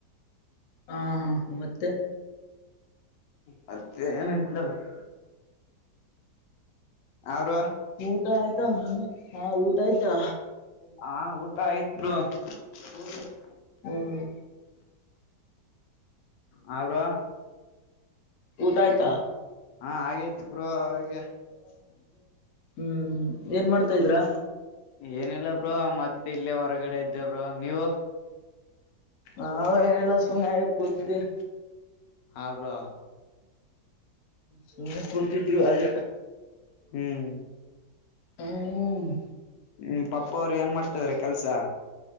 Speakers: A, on the left; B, on the left.
A: ಹಾಂ ಹಾಂ ಹಾ ಮತ್ತೆ.
B: ಮತ್ತೆ ಏನಿಲ್ಲ ಬ್ರೋ ಆ ಬ್ರೋ
A: ಊಟ ಆಯ್ತಾ ಹಾ ಊಟ ಆಯ್ತಾ
B: ಹಾ ಊಟ ಆಯ್ತ್ ಬ್ರೋ <unintelligible>
A: ಹ್ಮ.
B: ಹಾಬ್ರೋ
A: ಊಟ ಆಯ್ತಾ.
B: ಹಾ ಆಗಯ್ತಿ ಬ್ರೋ. <unintelligible>
A: ಹ್ಮ್ ಹ್ಮ್ ಏನ್ ಮಾಡ್ತಾ ಇದ್ರಾ.
B: ಏನಿಲ್ಲ ಬ್ರೋ ಮತ್ತೆ ಇಲ್ಲೇ ಹೊರಗಡೆ ಇದ್ದೇ ಬ್ರೋ ನೀವು.
A: ನಾವು ಎನಿಲ್ಲ ಸುಮ್ನೆ ಹಂಗೆ ಕೊತಿದೀವಿ.
B: ಹ ಬ್ರೋ.
A: ಸುಮ್ನೆ ಕೂತಿದ್ವಿ ಅದೆ.
B: ಹ್ಮ್.
A: ಹ್ಮ್.
B: ಹ್ಮ್ ಪಪ್ಪ ಅವರು ಏನ್ ಮಾಡ್ತಿದಾರೆ ಕೆಲ್ಸ.